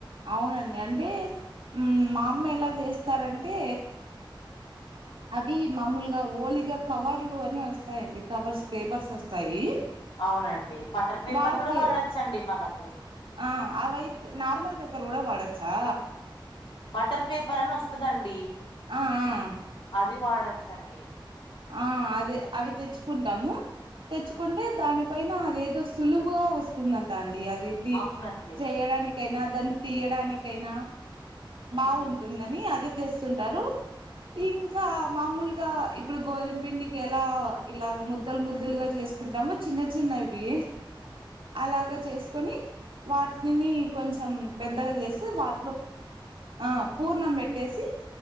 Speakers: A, on the right (about 85°); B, on the left (about 80°).
A: అవునండి అంటే మా అమ్మ ఎలా చేస్తారంటే అవి మామూలుగా ఓలిగా కవర్లు అని వస్తాయిండి కవర్స్ పేపర్స్ వస్తాయి
B: అవునండి బటర్ పేపర్
A: వాడితే
B: కూడా వాడచ్చండి మనము
A: ఆ అ వైతే నార్మల్ పేపర్ కూడా వాడచ్చా
B: బటర్ పేపర్ అని వస్తుందండి
A: ఆ ఆ
B: అది వాడొచ్చండి
A: ఆ అదే అవి తెచ్చుకుంటాము తెచ్చుకుంటే దానిపైన అదేదో సులువుగా వస్తుందంట అండి అది తీ
B: అవునండి.
A: చేయడానికైనా దాన్ని తీయడానికైనా బావుంటుందని
B: హ్మ్.
A: అదే తెస్తుంటారు ఇంకా మామూలుగా ఇప్పుడు గోధుమ పిండికి ఎలా ఇలా ముద్దలు ముద్దలుగా చేస్తు దవ్వ చిన్న చిన్న ఇవి అలాగ చేసుకొని వాటిని కొంచెం పెద్దగా చేసి వాటిలో ఆ పూర్ణం పెట్టేసి